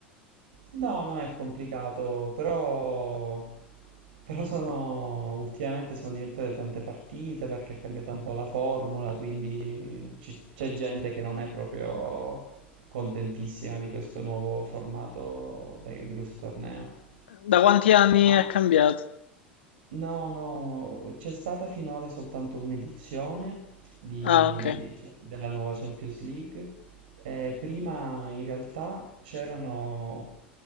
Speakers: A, on the right (about 70°); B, on the left (about 75°).
A: No, non è complicato, però, però sono, ultimamente sono diventate tante partite perché è cambiata un po' la formula, quindi ci- c'è gente che non è proprio contentissima di questo nuovo formato de- di questo torneo.
B: Da quanti anni
A: Ah,
B: è cambiato?
A: No, no, c'è stata finora soltanto un'edizione di-
B: Ah, ok.
A: cioè, della nuova Champions League. Eh, prima in realtà c'erano